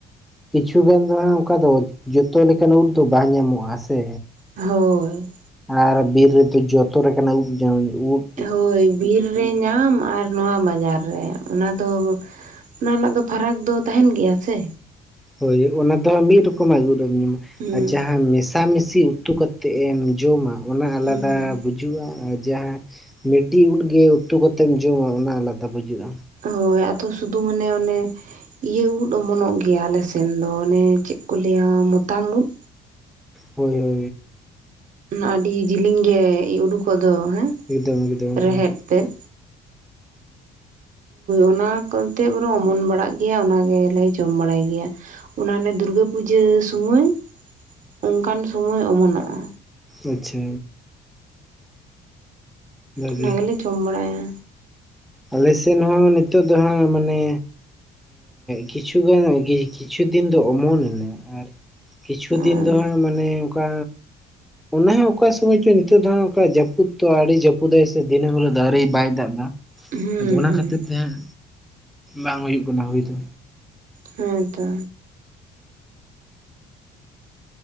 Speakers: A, in the centre; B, on the right.
A: ᱠᱤᱪᱷᱩ ᱜᱟᱱ ᱫᱚ ᱦᱟᱜ ᱚᱱᱠᱟ ᱫᱚ ᱡᱚᱛᱚ ᱞᱮᱠᱟᱱ ᱩᱫᱽ ᱫᱚ ᱵᱟᱝ ᱧᱟᱢᱚᱜᱼᱟ ᱥᱮᱼᱼ
B: ᱦᱳᱭ
A: ᱟᱨ ᱵᱤᱨ ᱨᱮᱫᱚ ᱡᱚᱛᱚ ᱞᱮᱠᱟᱱᱟᱜ ᱩᱵ ᱡᱮᱢᱚᱱ ᱩᱵ
B: ᱦᱳᱭ ᱵᱤᱨ ᱨᱮ ᱧᱟᱢ ᱟᱨᱼᱼ ᱱᱚᱣᱟ ᱵᱟᱡᱟᱨ ᱨᱮ ᱚᱱᱟ ᱫᱚ ᱚᱱᱟ ᱨᱮᱱᱟᱜ ᱫᱚ ᱯᱷᱟᱨᱟᱠ ᱫᱚ ᱛᱟᱦᱮᱱ ᱜᱮᱭᱟ ᱥᱮᱼᱼ
A: ᱦᱳᱭ, ᱚᱱᱟ ᱫᱚ ᱦᱟᱸ ᱢᱤᱫ ᱨᱚᱠᱚᱢᱟᱜ ᱩᱫ ᱮᱢ ᱧᱟᱢᱟ
B: ᱦᱩᱸ
A: ᱟᱨ ᱡᱟᱸᱦᱟᱸ ᱢᱮᱥ ᱟᱛ ᱢᱤᱥᱤ ᱩᱛᱩ ᱠᱟᱛᱮ ᱮᱢ ᱡᱚᱢᱟ ᱚᱱᱟ ᱟᱞᱟᱫᱟ
B: ᱦᱩᱸ
A: ᱵᱩᱡᱼᱼ ᱵᱩᱡᱩᱜᱼᱟ ᱟᱨ ᱡᱟᱦᱟᱸ ᱢᱤᱴᱤᱡ ᱩᱫ ᱜᱮ ᱩᱛᱩ ᱠᱟᱛᱮᱢ ᱡᱚᱢᱟ ᱚᱱᱟ ᱟᱞᱟᱫᱟ ᱵᱩᱡᱩᱜᱼᱟ᱾
B: ᱦᱳᱭ, ᱟᱫᱚ ᱥᱩᱫᱩ ᱢᱟᱱᱮ ᱚᱱᱮ ᱤᱭᱟᱹ ᱩᱫ ᱚᱢᱚᱱᱚᱜ ᱜᱮᱭᱟ ᱟᱞᱮᱥᱱ ᱫᱚ ᱚᱱᱮ ᱪᱮᱫ ᱠᱚ ᱞᱟᱹᱭᱟ ᱢᱚᱛᱟᱢ ᱩᱫ
A: ᱦᱳᱭ ᱦᱳᱭ
B: ᱟᱹᱰᱤ ᱡᱤᱞᱤᱧ ᱜᱮ ᱩᱰᱩᱠᱚᱜ ᱫᱚ ᱦᱮᱸ
A: ᱢᱤᱫᱫᱚᱢ ᱮᱠᱫᱚᱢ
B: ᱨᱮᱦᱮᱫ
A: ᱦᱮᱸ
B: ᱛᱮᱫ ᱚᱱᱟ ᱠᱚᱛᱮ ᱵᱚᱞᱮ ᱚᱢᱚᱱ ᱵᱟᱲᱟᱜ ᱜᱮᱭᱟ ᱚᱱᱟ ᱜᱮᱞᱮ ᱡᱚᱢ ᱵᱟᱲᱟᱭ ᱜᱮᱭᱟ᱾ ᱚᱱᱟᱚᱱᱮ ᱫᱩᱨᱜᱟᱹ ᱯᱩᱡᱟᱹ ᱥᱩᱢᱚᱭ ᱚᱱᱠᱟᱱ ᱥᱩᱢᱚᱭ ᱚᱢᱚᱱᱚᱜᱼᱟ᱾
A: ᱟᱪᱪᱷᱟ ᱵᱷᱟᱹᱜᱤ
B: ᱚᱱᱟ ᱜᱮᱞᱮ ᱡᱚᱢ ᱵᱟᱲᱟ ᱭᱟ,
A: ᱟᱞᱮ ᱥᱮᱫ ᱦᱚᱸ ᱱᱤᱛᱚᱜ ᱫᱚ ᱦᱟᱸᱜ ᱢᱟᱱᱮ ᱠᱤᱪᱷᱩ ᱜᱟᱱ ᱠᱤᱪᱷᱩ ᱫᱤᱱ ᱫᱚ ᱚᱢᱚᱱᱮᱱᱟ ᱟᱨ ᱠᱤᱪᱷᱩ ᱫᱤᱱ
B: ᱟᱨ
A: ᱫᱚ ᱦᱟᱸᱜ ᱢᱟᱱᱮ ᱚᱱᱠᱟ ᱚᱱᱟ ᱦᱚᱸᱚᱸ ᱚᱠᱟ ᱥᱚᱢᱚᱭ ᱪᱚ ᱱᱤᱛᱚᱜ ᱫᱚᱚᱱ ᱡᱟᱹᱯᱩᱫ ᱛᱚ ᱟᱹᱰᱤ ᱡᱟᱹᱯᱩᱫᱟᱭ ᱥᱮ ᱫᱤᱱᱟᱹ ᱦᱤᱞᱳᱜ ᱫᱟᱨᱮ ᱵᱟᱭ ᱫᱟᱜ ᱮᱫᱟ᱾
B: ᱦᱩᱸ
A: ᱟᱫᱚ ᱚᱱᱟ ᱠᱷᱟᱹᱛᱤᱨ ᱛᱮ ᱦᱟᱸᱜ ᱵᱟᱝ ᱦᱩᱭᱩᱜ ᱠᱟᱱᱟ ᱦᱩᱭ ᱫᱚ᱾
B: ᱦᱮᱸ ᱛᱚ,